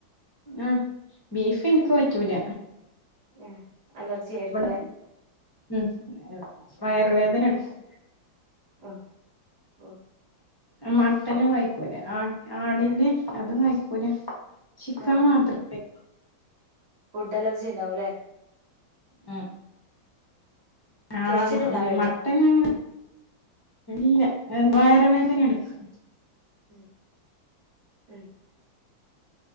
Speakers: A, on the left; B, on the right.
A: ആഹ ബീഫ് എനിക്ക് പറ്റൂല
B: ഉം അലർജിയ ആയിരരിക്കലേ
A: ഇവിടെ ഉം വയർവേദന എടുക്കും
B: ആഹ
A: മട്ടന് കഴക്കൂരാ ആ ആടിന്റെ അതും കഴക്കൂരാ ശിക്കം
B: ആഹ്
A: മാത്രല്ലേ
B: ആഹ് ഫുഡ് അലർജി ഉണ്ടാവുംല്ലേ
A: ഉ ആ
B: ചൊറിച്ചിലുണ്ടാവേണ്ടോ
A: മട്ടന് ഇല്ല എന്ത വയറ വേദന എടുക്കാം
B: ഉം ഉം